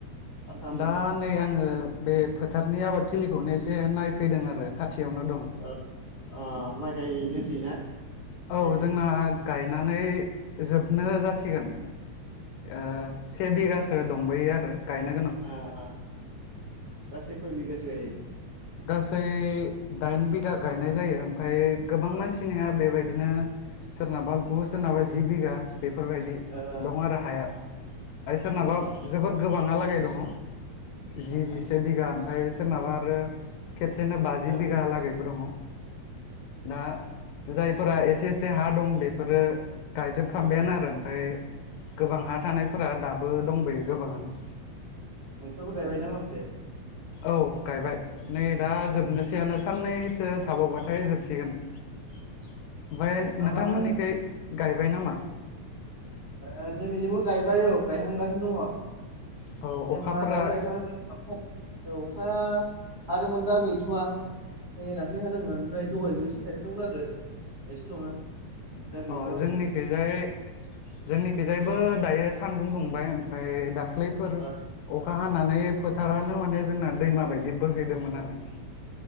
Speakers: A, on the right; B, on the left.
A: मा खालामदों
B: दा नै आङो बे फोथारनि आबादथिलिखौनो एसे नायफैदों आरो खा थियावनो दं
A: ओ अ माइ गायनोसै ना
B: औ
A: गायनाय
B: जोंना गायनानै जोबनो जासिगोन ओ से बिगासो दंबोयो आरो गायनो गोनां
A: आ ओ गासै खय बिगासो गायो?
B: गासै दाइन बिगा गायनाय जायो ओमफाय गोबां
A: ओ
B: मानसिनिया बेबायदि दिनो सोरनाबा गु सोरनाबा जि बिगा बेफोरबायदि
A: ओ
B: दं आरो हाया
A: ओ
B: आरो सोरनाबा
A: ओ
B: जोबोद गोबाङालागै दङ जि
A: ओ
B: जिसे बिगा आमफाय सोरनाबा आरो खेबसेनो बाजि
A: ओ
B: बिगालागैबो दङ दा जाय फोरा एसे एसे हा दं बेफोरो गायजोबफ्रामबायानो
A: ओ
B: आरो ओमफाय गोबां हा थानायफोरा दा बो दंबोयो गोबाङानो
A: नोंस्राबो गायबाय ना माखासे
B: औ गायबाय नै दा जोबनोसैयानो साननैसो थाबावबाथाय जोबसिगोन ओमफाय नोंथांमोननिखै
A: मा मा माइ
B: गायबाय नामा
A: ओ जोंनिजोंबो गायबाय औ गायहांगासिनो दङ
B: औ
A: जोंहा
B: अखाफोरा
A: दाबो गायथ'वाखै <unintelligible> अखाया हादोंमोन दा गैथ'वा मैया दाख्लि हादोंमोन ओमफ्राय दहायबो इसे थाइफ्रिदोंमोन आरो एसेल'नो दा गैथ'वा
B: अ जोंनिखैजाय
A: र' अखा
B: जोंनिखैजायबो दायो सानदुं दुंबाय ओमफाय दाख्लैफोर
A: ओ
B: अखा हानानै फोथारानो माने जोंना दैमा बायदि बोहैदोंमोन आरो